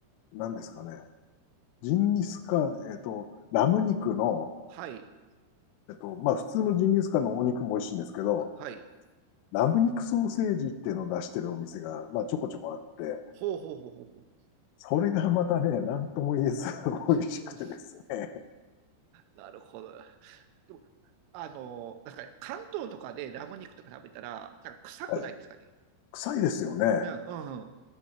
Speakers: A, on the left; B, on the right.
A: ー、何ですかね、ジンギスカン、えーっと、ラム肉の、
B: はい。
A: えっと、まあ普通のジンギスカンのお肉も美味しいんですけど、
B: はい。
A: ラム肉ソーセージっていうのを出してるお店が、まあちょこちょこあって、
B: ほうほうほうほうほう。
A: それがまたね、何とも言えず <laughs> 美味しくてですね。
B: うん。なるほど。でも、あの、なんですかね、関東とかでラム肉とか食べたら、なんか臭くないですかね。
A: はい。臭いですよね。
B: うん、うん、